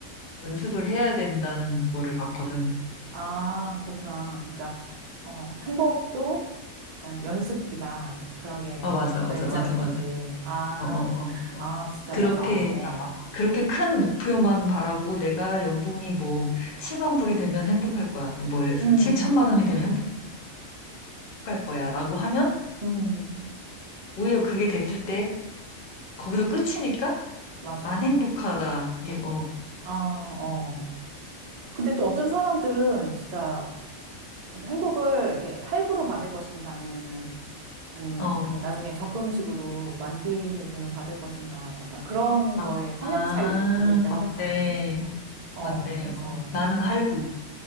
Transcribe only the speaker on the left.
연습을 해야 된다는 거를 봤거든.
아, 맞아, 맞아,
맞아, 맞아.
어, 어, 어,
어.
그렇게,
그렇게 큰 목표만 바라보고 내가 연봉이 뭐 7만 불이 되면 행복할 거야. 뭐 해서
7천만 원이 되면 행복할 거야. 라고 하면
오히려 그게 됐을 때 거기서 끝이니까
안 행복하다. 이, 어,
어.
아,
아,
맞네.
맞네.
어. 나는 할부.